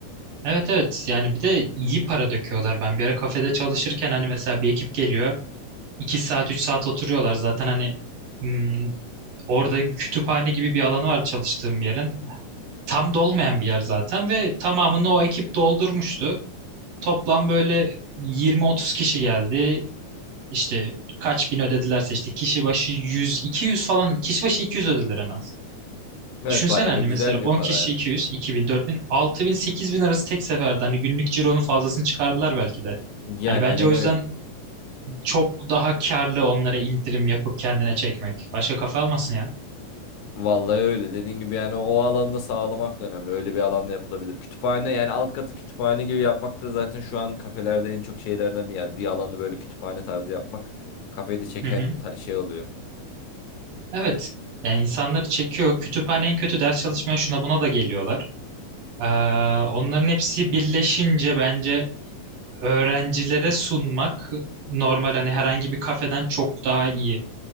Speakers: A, on the right (about 60°); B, on the left (about 75°).
A: Evet evet yani bir de iyi para döküyorlar. Ben bir ara kafede çalışırken hani mesela bir ekip geliyor. iki saat üç saat oturuyorlar zaten hani hmm, orada bir kütüphane gibi bir alanı var çalıştığım yerin. Tam dolmayan bir yer zaten ve tamamını o ekip doldurmuştu. Toplam böyle yirmi otuz kişi geldi. İşte kaç bin ödedilerse işte kişi başı yüz iki yüz falan kişi başı 200 ödediler en az.
B: Evet
A: Düşünsene
B: bayağı
A: hani
B: da güzel
A: mesela 10
B: bir para.
A: kişi
B: evet.
A: 200, 2000, 4000, 6000, 8000 arası tek seferde hani günlük cironun fazlasını çıkardılar belki de.
B: Yani
A: Hani bence
B: aynen
A: o yüzden
B: öyle.
A: çok daha karlı onlara indirim yapıp kendine çekmek. Başka kafa almasın ya.
B: Vallahi öyle. Dediğin gibi yani o alanda sağlamak da önemli. Öyle bir alanda yapılabilir. Kütüphane yani alt katı kütüphane gibi yapmak da zaten şu an kafelerde en çok şeylerden bir yer. Bir alanı böyle kütüphane tarzı yapmak kafeyi de çeken
A: Hı hı.
B: ta- şey oluyor.
A: Evet. Yani insanları çekiyor. Kütüphane en kötü ders çalışmaya şuna buna da geliyorlar. Ee, onların hepsi birleşince bence öğrencilere sunmak normal hani herhangi bir kafeden çok daha iyi.